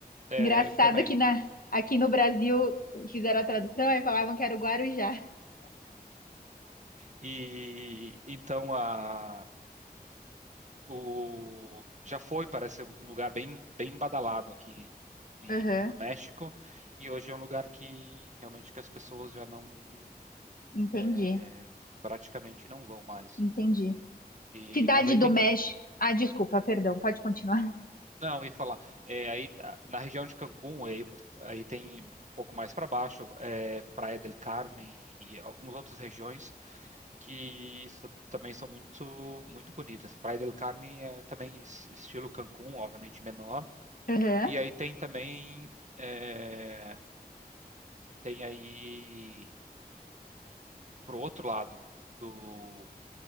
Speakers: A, on the right; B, on the left.
A: é
B: Engraçado
A: eu também.
B: que na, aqui no Brasil fizeram a tradução e falavam que era o Guarujá.
A: E então a o já foi, parece um lugar bem bem badalado aqui em-
B: Aham,
A: em- no México e hoje é um lugar que realmente que as pessoas já não
B: entendi,
A: é, praticamente não vão mais.
B: entendi.
A: E
B: Cidade
A: mas aí
B: do
A: tem
B: México.
A: Can-
B: Ah, desculpa, perdão, pode continuar.
A: não, eu ia falar, é, aí a- na região de Cancún, aí, aí tem um pouco mais para baixo, é, Praia del Carmen e algumas outras regiões que so- também são muito muito bonitas. Praia del Carmen é também es- estilo Cancún, obviamente menor
B: <laughs> Aham,
A: E aí tem também, é, tem aí pro outro lado do,